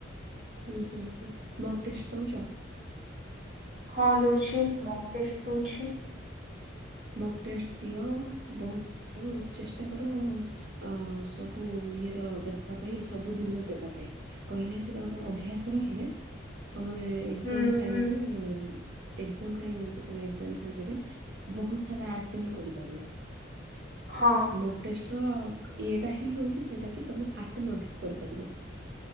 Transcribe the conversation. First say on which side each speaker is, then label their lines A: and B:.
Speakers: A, on the right; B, on the right.
A: ହୁଁ ହୁଁ ହୁଁ ମକ୍ ଟେଷ୍ଟ ଦଉଛ?
B: ହଁ ଦଉଛି। ମକ୍ ଟେଷ୍ଟ ଦଉଛି।
A: ମକ୍ ଟେଷ୍ଟ ଦିଅ। ବହୁତ ଦିଅ। ଚେଷ୍ଟା କର ଅଁ ସବୁ ଇଏର ଦେବା ପାଇଁ। ସବୁଦିନ ଦେବା ପାଇଁ। କହିଲେ ସେଇଟା ଗୋଟେ ଅଭ୍ୟାସ ରହିଲେ, ତମର ଏଁ ଏ ଏକ୍ଜାମ
B: ହୁଁ
A: ଟାଇମରେ
B: ହୁଁ
A: ଏକ୍ଜାମ ଟାଇମରେ ଯେତେବେଳେ ଏକ୍ଜାମ ସେଣ୍ଟରରେ ବହୁତ ସାରା ଆଟେମ୍ଟ୍ କରିପାରିବ।
B: ହଁ
A: ମକ୍ ଟେଷ୍ଟର ଇଏଟା ହିଁ ହେଉଛି ସେଇଟା କି ତମେ ଆଟେମ୍ ଅଧିକ କରିପାରିବ।